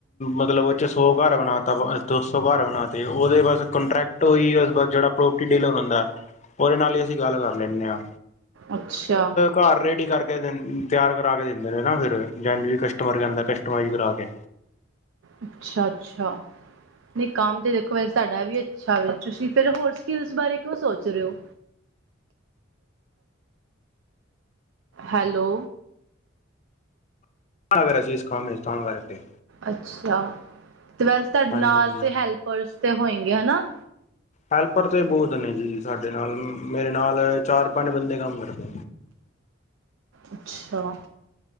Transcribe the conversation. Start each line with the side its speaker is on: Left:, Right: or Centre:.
Left: ਮਤਲਬ ਸੌ ਘਰ ਬਣਾ ਤੇ ਦੋ ਸੌ ਘਰ ਬਣਾ ਤਾਂ ਉਹਦੇ ਬਸ ਕੰਟਰੈਕਟ ਹੋਈ ਉਸ ਬਸ ਅ ਜਿਹੜਾ ਪ੍ਰੋਪਰਟੀ ਡੀਲਰ ਹੁੰਦਾ ਉਹਦੇ ਨਾਲ ਹੀ ਅਸੀਂ ਗੱਲ ਕਰ ਲੈਣੇ ਆ।
Right: ਅੱਛਾ।
Left: ਘਰ ਰੈਡੀ ਕਰਕੇ ਤਿਆਰ ਕਰਾਕੇ ਦਿੰਦੇ ਨੇ ਨਾ ਫਿਰ ਜਾਂ ਵੀ ਕਸਟਮਰ ਕਹਿੰਦਾ ਕਸਟਮਾਈਜ਼ ਕਰਾ। ਕੇ।
Right: ਅੱਛਾ-ਅੱਛਾ, ਨਹੀਂ ਕੰਮ ਤੇ ਦੇਖੋ ਵੈਸੇ ਤੁਹਾਡਾ ਵੀ ਅੱਛਾ ਵੈ ਤੁਸੀਂ ਫਿਰ ਹੋਰ। ਸਕਿੱਲਸ ਬਾਰੇ ਕਿਉਂ ਸੋਚ ਰਹੇ ਹੋ। ਹੈਲੋ।
Left: ਅਗਰਸੀਜ਼ ਕੰਮ ਵਿੱਚ ਤਾਂ ਕਰਕੇ।
Right: ਅੱਛਾ ਤੇ ਵੈਸੇ ਤੁਹਾਡੇ
Left: ਹਾਂਜੀ
Right: ਨਾਲ ਤੇ ਹੈਲਪਰਸ ਤੇ ਹੋਏਗੇ ਹਨਾ।
Left: ਹੈਲਪਰ ਤਾਂ ਬਹੁਤ ਨੇ ਜੀ ਸਾਡੇ ਨਾਲ ਮੇਰੇ ਨਾਲ ਚਾਰ ਪੰਜ ਬੰਦੇ ਕੰਮ ਕਰਦੇ।
Right: ਅੱਛਾ।